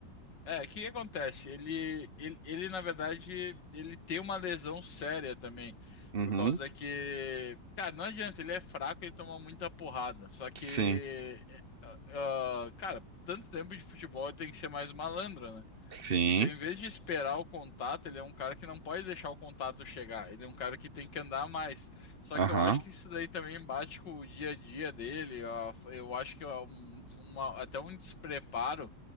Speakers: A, on the left; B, on the right.
A: é, o que que acontece? Ele, ele, ele, na verdade, ele tem uma lesão séria também.
B: Uhum.
A: Por causa que, cara, não adianta, ele é fraco, ele toma muita porrada. Só que,
B: Sim.
A: é, ah, ah, cara, tanto tempo de futebol ele tem que ser mais malandro, né?
B: Sim.
A: Então, em vez de esperar o contato, ele é um cara que não pode deixar o contato chegar. Ele é um cara que tem que andar mais. Só
B: Aham.
A: que eu acho que isso daí também bate com o dia a dia dele. a- Eu acho que é um- uma- até um despreparo